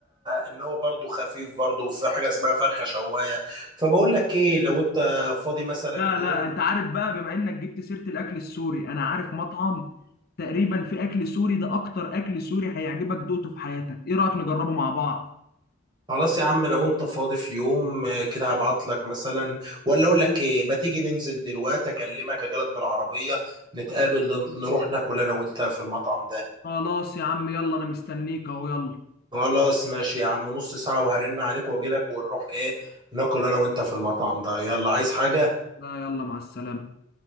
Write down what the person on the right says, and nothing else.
ان هو برضو خفيف برضو في حاجه اسمها فرخه شوايه فبقول لك ايه لو انت فاضي مثلا
يوم
خلاص يا عم لو انت فاضي في يوم آه، كده هبعت لك مثلا ولا اقول لك ايه ما تيجي ننزل دلوقتي اكلمك اجيلك بالعربيه نتقابل ن- نروح ناكل انا وانت في المطعم ده
خلاص ماشي يا عم نص ساعه وهرن عليك واجيلك ونروح ايه ناكل انا وانت في المطعم ده يلا عايز حاجه